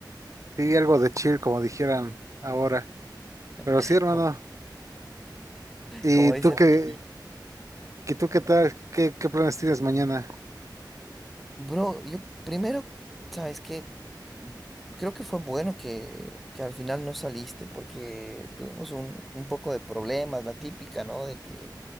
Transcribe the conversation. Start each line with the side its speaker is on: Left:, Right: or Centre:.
Right: Sí, algo de chill, como dijeran ahora. Pero
Centre: <laughs>
Right: sí, hermano.
Centre: como,
Right: ¿Y
Centre: como dice
Right: tú qué,
Centre: la chaviza.
Right: qué tú qué tal? ¿Qué, qué planes tienes mañana?
Centre: Bro, yo primero, ¿sabes qué? Mm, Creo que fue bueno que, que al final no saliste porque tuvimos un, un poco de problemas, la típica, ¿no? De que